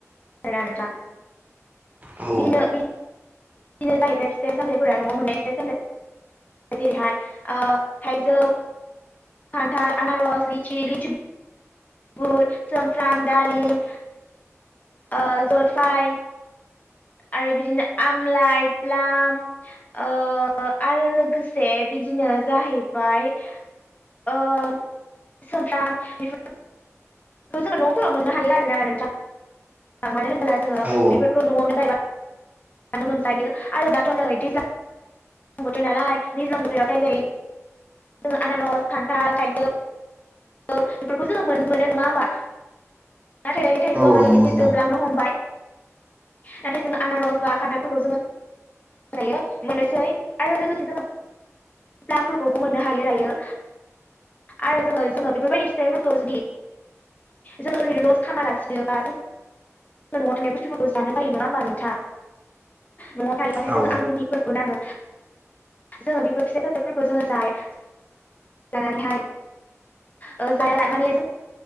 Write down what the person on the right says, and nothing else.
औ
औ
औ
नंगौ
नोंथां
औ